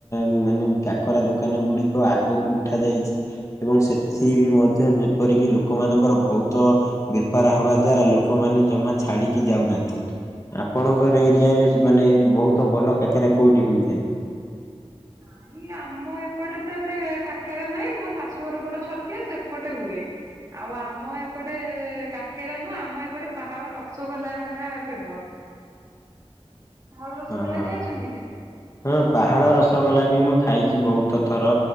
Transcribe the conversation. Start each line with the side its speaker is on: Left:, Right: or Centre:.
Left: ମାନେ କାକରା ଦୋକାନ ଗୁଡିକ ଆଗକୁ ଉଠା ଯାଇଚି। ଏବଂ ସେଥି ବି ମଧ୍ୟ ଯେପରିକି ଲୋକମାନଙ୍କର ବହୁତ ବେପାର ହବା ଦ୍ଵାରା ଲୋ ଲୋକମାନେ ଜମା ଛାଡିକି ଯାଉନାହାନ୍ତି। ଆପଣଙ୍କର ଏରିଆ ରେ ମାନେ ବହୁତ ଭଲ କାକେରା କୋଉଠି ହୋଇଥାଏ?
Right: ନାଇଁ ଆମ ଏପଟେ ତ ଏତେ କାକେରା ନାହିଁ ମୋ ଶାଶୁଘର ପଟ ଛତିଆ ସେପଟେ ହୁଏ। ଆଉ ଆମ ଏପଟେ କାକେରା ନୁହଁ ଆମ ଏପଟେ ପାହାଳ ରସଗୋଲା ହେଲା ଫେମସ୍। ପାହାଳ ରସଗୋଲା
Left: ହଁ।
Right: ଖାଇଛନ୍ତି କେବେ?
Left: ହଁ ପାହାଳ ରସଗୋଲା ବି ମୁଁ ଖାଇଚି ବହୁତ ଥର।